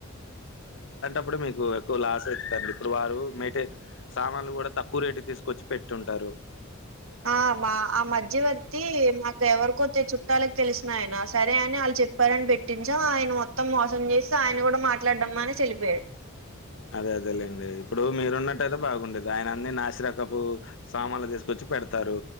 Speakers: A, on the left; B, on the right.
A: ప్పుడు మీకు ఎక్కువ లాస్ అయితంది ఇప్పుడు వారు మేటే సామాన్లు కూడా తక్కువ రేటు తీసుకొచ్చి పెట్టింటారు ఆరు
B: ఆ మా ఆ మధ్యవర్తి మాకు ఎవరికో వచ్చే చుట్టాల తెలిసిన ఆయన సరే అని వాళ్ళు చెప్పారని పెట్టించా ఆయన మొత్తం మోసం చేసి ఆయన కూడా మాట్లాడంమని చలిపోయా
A: అదే అదేలేండి ఇప్పుడు మీరున్నట్టుయితే బాగుండేది ఆయన అన్ని నాసిరకపు సామాన్లు తీసుకొచ్చి పెడతారు